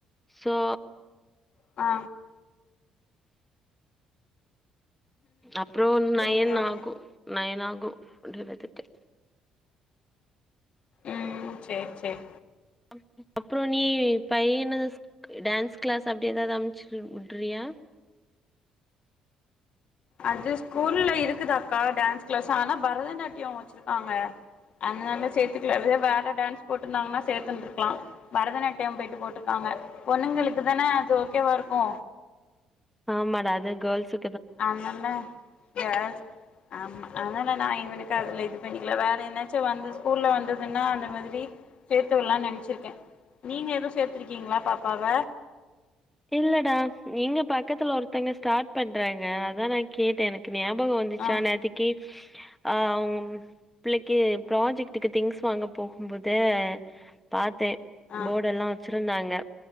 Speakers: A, in the centre; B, on the left (about 60°).
A: சோ
B: ஆ
A: அப்றொ நயன்
B: ஓகே ஓகே
A: ஆகு நயன் ஆகு முடிறதுகே
B: ம் சேரி சேரி
A: ம் அப்றொ நீ பையன ஸ் டான்ஸ் க்ளாஸ் அப்டி ஏதாது அம்ச்சு விட்றியா
B: அது ஸ்கூல்ல இருக்குதாக்கா டான்ஸ் கிளாஸ் ஆனா பரதநாட்டியோ வெச்சிருக்காங்க அதுனால சேத்துக்குல இதே வேற டான்ஸ் போட்டுருந்தாங்கன்னா சேத்துன்ட்ருக்கலா பரதநாட்டியோ போயிட்டு போட்டுருக்காங்க பொண்ணுங்களுக்கு தானே அது ஓகேவா இருக்கு
A: ஆமாடா அது கேர்ல்ஸு
B: அனால கேர்ல்ஸ் ஆமா அதனால நா இவனுக்கு அதுல இது பண்ணிக்கல வேற என்னாச்சு வந்து ஸ்கூல்ல வந்ததுன்னா அந்த மாதிரி சேத்து விட்லானு நெனச்சிருக்கே நீங்க எதுவு சேத்திருக்கீங்களா பாப்பாவ
A: இல்லடா இங்க பக்கத்துல ஒருத்தங்க ஸ்டார்ட் பண்றாங்க அதா நா கேட்டே எனக்கு ஞாபக வந்துச்சா
B: ஆ
A: நேதிக்கு ஆ ஆவ்ங் பிள்ளைக்கு ப்ராஜெக்டுக்கு திங்ஸ் வாங்க போகும்போது பாத்தே
B: ஆ
A: போட் எல்லா வெச்சிருந்தாங்க